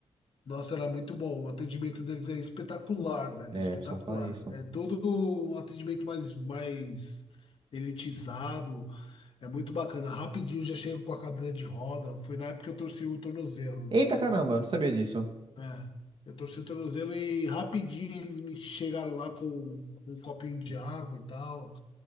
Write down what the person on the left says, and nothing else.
nossa, era muito bom. O atendimento deles é espetacular, velho,
espetacular.
É todo um atendimento mais, mais elitizado. É muito bacana. Rapidinho já chego com a cadeira de roda. Foi na época que eu torci o tornozelo,
né?
É, eu torci o tornozelo e rapidinho eles me chegaram lá com, com um copinho de água e tal.